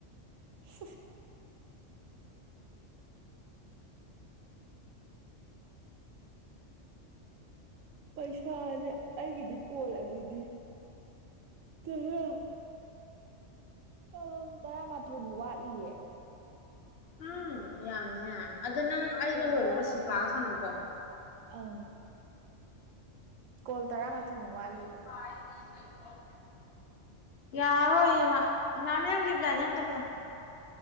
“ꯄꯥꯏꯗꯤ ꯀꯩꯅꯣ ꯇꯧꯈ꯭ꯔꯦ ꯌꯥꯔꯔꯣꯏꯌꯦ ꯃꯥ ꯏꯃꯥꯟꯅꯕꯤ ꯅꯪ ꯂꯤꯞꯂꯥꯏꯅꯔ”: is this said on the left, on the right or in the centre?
Left